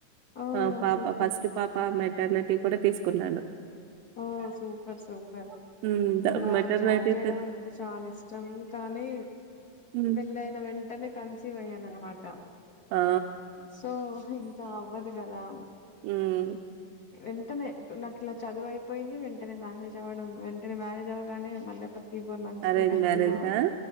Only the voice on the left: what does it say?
ఓ
సూపర్
ఓ సూపర్ సూపర్
నాక్
జాబ్ చేయడం
అంటే చాలా ఇష్టం కానీ
పెళ్ళైన వెంటనే కన్సీవ్ అయ్యాననమాట
సో ఇంకా అవ్వదు గదా
వెంటనే నాకు ఇలా చదువు అయిపోయింది వెంటనే మ్యారేజ్ అవ్వడం వెంటనే మ్యారేజ్ అవ్వగానే మళ్ళ ఒక త్రీ ఫోర్ మంత్స్
కే కన్సీవ్
అవ్వడం